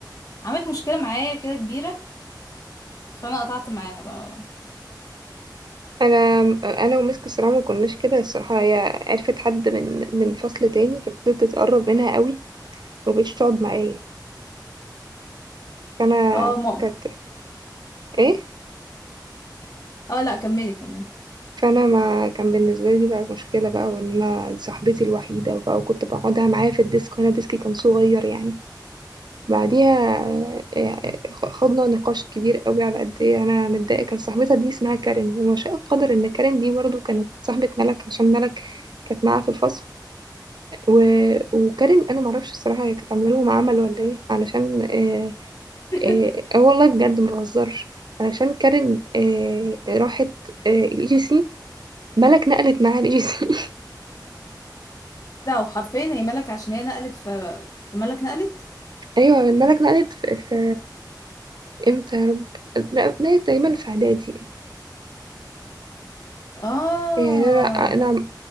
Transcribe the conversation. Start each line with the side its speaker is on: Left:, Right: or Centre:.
Left: عملت مشكلة معايا كده كبيرة فانا قطعت معاها بقى
Right: انا انا ومسك الصراحه ما كناش كده الصراحه هي عرفت حد من من فصل تاني فابتدت تتقرب منها قوي ومبقتش تقعد معايا فانا
Left: اه ماما
Right: كانت ايه
Left: اه لا كملي كملي
Right: فانا ما كان بالنسبه لي دي بقى مشكله بقى وان انا دي صاحبتي الوحيده بقى وكنت بقعدها معايا في الديسك وانا ديسكي كان صغير يعني بعديها آه، خضنا نقاش كبير قوي على قد ايه انا متضايقه كان صاحبتها دي اسمها كارين وما شاء القدر ان كارين دي برضو كانت صاحبه ملك عشان ملك كانت معاها في الفصل و... وكارين انا معرفش الصراحه هي كانت عامله لهم عمل ولا ايه علشان اه
Left: <laughs>
Right: اه آه، والله بجد ما بهزرش علشان كارين اه راحت اه الاي جي سي ملك نقلت معاها الاي جي سي <laughs>
Left: لا وحرفيا هي ملك عشان هي نقلت في في ملك نقلت
Right: ايوه ملك نقلت في, في امتى يا رب لا، نقلت تقريبا في اعدادي
Left: اه
Right: يعني انا انا